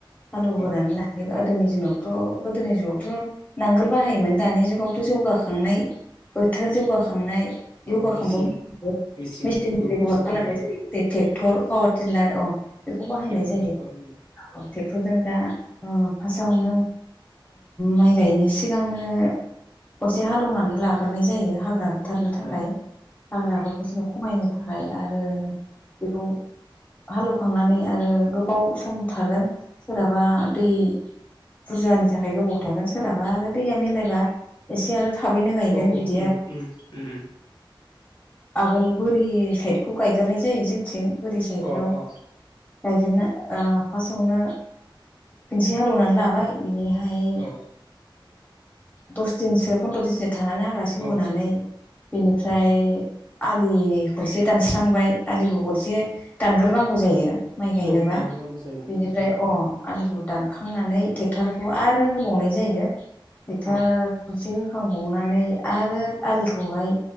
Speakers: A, on the left (about 15°); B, on the left (about 60°).
A: हालौवग्रानै
B: औ
A: लायो आरो। गोदोनि जुनावथ' गोदोनि जुगावथ' नांगोल बाहायोमोन दानि जुगावथ' जौगाखांनाय बोथोर जौगाखांनाय जयगाखांब
B: औ मिसिं
A: म
B: मिसिंफोरखौसो
A: मेचिन बेब'हार खालामनाय
B: बाहायो
A: जायो। बे ट्रेक्टर पावार टिलार अ बेखौ बाहायनाय
B: बेफोरखौसो
A: जायो।
B: बाहायो
A: औ ट्रेक्टरजों दा फार्स्टआवनो माइ गायनो सिगांनो खनसे हालेवनानै लाग्रोनाय जायो हाग्रा बुथारनो थाखाय
B: औ
A: हाग्राफोरखौ जोङो खमायनो थाखाय आरो बेखौ हालेवखांनानै आरो गोबाव सम थागोन सोरहाबा दै बुरजानि थाखाय गोबाव थागोन सोरहाबा आरो दैया मिलायबा एसे आरो थाबैनो गाय गोन
B: औ
A: बिदिया
B: उम उम उम उम
A: आगोल बोरि साइडखौ गायगारनाय जायो जोंथिं बोरि साइडआव
B: अ अ
A: गायगोरनो फास्स्टआवनो खन्से हालौवनानै लाबाय। बिनिहाय
B: औ
A: दस दिनसो फन्द्र' दिनसो थानानै हाग्रासि सेवहोनानै
B: औ
A: बेनिफ्राय आलि खनसे दानस्रांबाय आलिखौ खनसे दानग्रोनांगौ जायो। माइ गायनोबा
B: औ दानग्रोनांगौ जायो
A: बेनिफ्राय अ आलिखौ दानखांनानै ट्रेक्टर खौ आरो होबावनाय जायो ट्रेक्टार
B: औ
A: खनसे होखां हनानै आरो आखौहाय